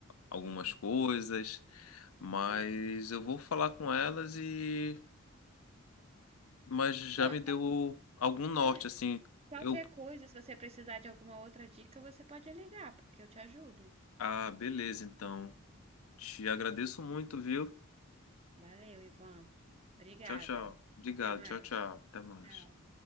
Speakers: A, on the left; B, on the right.
A: algumas
B: uhum.
A: coisas, mas
B: Sim.
A: eu vou falar com elas e mas já
B: Bom,
A: me deu
B: qual-
A: algum norte
B: é,
A: assim.
B: qualquer
A: Eu,
B: coisa, se você precisar de alguma outra dica, você pode ligar, porque eu te ajudo.
A: ah, beleza, então. Te agradeço muito, viu?
B: Valeu, Ivan. Obrigada.
A: Tchau, tchau. Obrigado.
B: Até mais.
A: Tchau, tchau. Até mais.
B: Tchau.